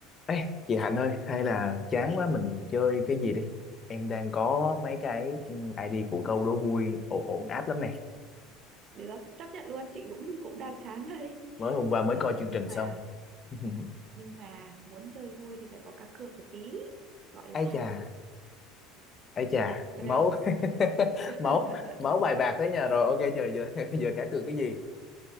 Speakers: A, on the left; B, on the right.
A: Ê, chị Hạnh ơi, hay là chán quá mình chơi cái gì đi. Em đang có mấy cái ừ, ID của câu đố vui ổn ổn áp lắm này.
B: được chấp nhận luôn chị cũng <laughs> cũng đang chán đây
A: Mới hôm qua mới
B: Ờ,
A: coi chương trình
B: nhưng mà
A: xong. <laughs>
B: nhưng mà muốn chơi vui thì phải có cá cược một tí gọi là
A: Ai chà, ai chà,
B: chơi
A: máu
B: không
A: <laughs>
B: <laughs>
A: máu máu bài bạc thế nhà rồi. Ok trời giờ <laughs> giờ cá cược cái gì?